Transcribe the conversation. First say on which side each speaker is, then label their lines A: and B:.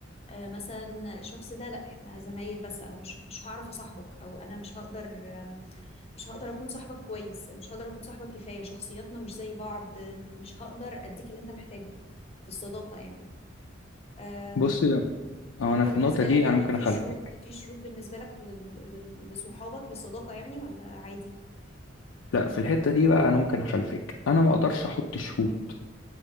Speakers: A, on the left (about 30°); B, on the left (about 85°).
A: آه مثلا الشخص ده لا احنا زمايل بس انا مش مش هعرف اصاحبك او انا مش هقدر مش هقدر اكون صاحبك كويس مش هقدر اكون صاحبك كفايه شخصياتنا مش زي بعض مش هقدر اديك اللي انت محتاجه في الصداقه يعني أم،
B: بص أو
A: انت
B: انا في
A: بالنسبه
B: النقطة دي
A: لك يعني
B: انا ممكن
A: في
B: اخلفك
A: شروط في شروط بالنسبه لك لل- لل- لصحابك للصداقه يعني ولا عادي
B: لا في الحتة دي بقى انا ممكن اخلفك انا ما اقدرش احط شروط